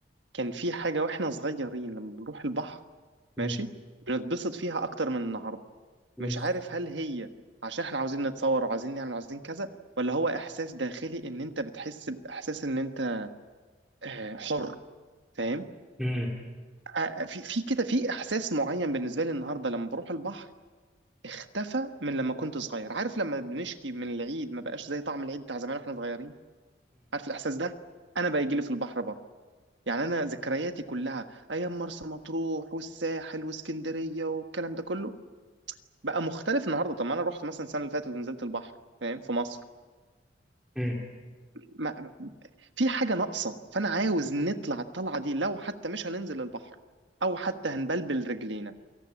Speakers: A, on the right; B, in the centre.
A: كان في حاجه واحنا صغيرين لما بنروح البحر
B: مم.
A: ماشي بنتبسط فيها اكتر من النهارده
B: مم.
A: مش عارف هل هي عشان احنا عاوزين نتصور وعاوزين نعمل وعاوزين كذا ولا هو احساس داخلي ان انت بتحس باحساس ان انت آه، حر فاهم
B: مم.
A: آه، في في كده في احساس معين بالنسبه لي النهارده لما بروح البحر اختفى من لما كنت صغير عارف لما بنشكي من العيد ما بقاش زي طعم العيد بتاع زمان واحنا صغيرين عارف الاحساس ده انا بيجي لي في البحر برضه يعني انا ذكرياتي كلها ايام مرسى مطروح والساحل واسكندريه والكلام ده كله بقى مختلف النهارده طب ما انا رحت مثلا السنه اللي فاتت ونزلت البحر فاهم في مصر
B: مم.
A: ما في حاجة ناقصة فأنا عاوز نطلع الطلعة دي لو حتى مش هننزل البحر أو حتى هنبلبل رجلينا